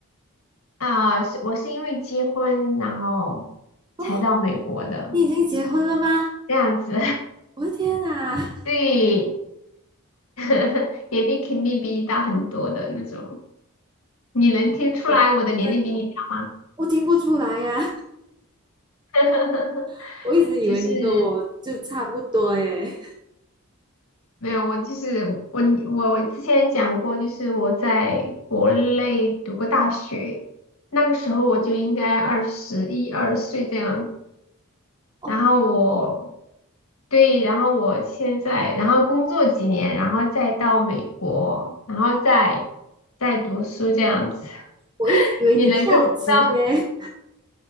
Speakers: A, on the left (about 80°); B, on the right (about 20°).
A: 啊，是、我是因为结婚，然后才到美国的，
B: 哦，你已经结婚了吗？
A: 这样子，
B: 我的天哪，
A: <laughs> 对，<laughs> 年龄肯定比你大很多的那种。你能听出来我的年龄比你大吗？
B: 那那我听不出来呀、
A: <laughs>
B: <laughs> 我一直以为你跟我就差不多诶。
A: 就是没有，我就是我我我之前讲过，就是我在国内读过大学，那个时候我就应该二十一二岁这样
B: 哦，
A: 然后我对，然后我现在，然后工作几年，然后再到美国，然后再再读书这样子。
B: 我一直以为你跳级耶，
A: <laughs> 你能够听到